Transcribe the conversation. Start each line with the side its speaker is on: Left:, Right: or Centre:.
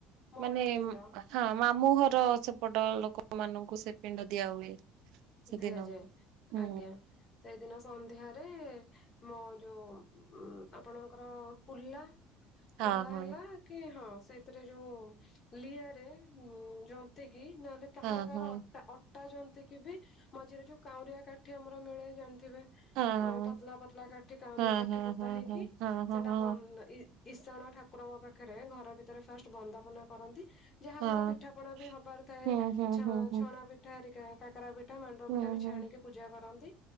Left: ମଉଳା
Right: ମାନେ
Left: ପିଣ୍ଡ
Right: ହଁ ମାମୁହର ସେପଟ ଲୋକ ମାନଙ୍କୁ ସେ ପିଣ୍ଡ ଦିଆ ହୁଏ ସେଦିନ
Left: ଦିଆଯାଏ
Right: ହୁଁ
Left: ଆଜ୍ଞା ସେଇଦିନ ସନ୍ଧ୍ୟାରେ ମୋ ଯୋଉ ଆପଣଙ୍କର କୁଲା
Right: ହଁ
Left: କୁଲା
Right: ହଁ
Left: ହେଲା କି ହଁ ସେଇଥିରେ ଯୋଉ ଲିଆରେ ଯନ୍ତି କିି ନହେଲେ କାହାର
Right: ହଁ
Left: କାହାର
Right: ହଁ।
Left: ଅଟା ଅଟା ଯନ୍ତି କି ବି ମଝିରେ ଯୋଉ କାଉରିଆ କାଠି ଆମର ମିଳେ ଜାଣିଥିବେ
Right: ହଁ ହଁ
Left: ପତଲା ପତଲା କାଠି କାଉଁରିଆ
Right: ହଁ
Left: କାଠି
Right: ହଁ
Left: ପୋତା ହେଇକି
Right: ହଁ ହଁ ହଁ
Left: ସେଟା
Right: ହଁ।
Left: ବଇ ଇଶାଣ ଠାକୁରଙ୍କ ପାଖରେ ଘର ଭିତରେ ଫାଷ୍ଟ ବନ୍ଦାପନା କରନ୍ତି। ଯାହା
Right: ହଁ
Left: ଘରେ ପିଠାପଣା ବି ହବାର ଥାଏ
Right: ହୁଁ ହୁଁ
Left: ଛ
Right: ହୁଁ ହୁଁ
Left: ଛଣା ପିଠା ହେରିକା କାକରା ପି ଠା ମାଣ୍ଡୁଅ
Right: ହୁଁ
Left: ପିଠା ବି
Right: ହୁଁ
Left: ଛାଣିକି
Right: ହୁଁ।
Left: ପୂଜା କରନ୍ତି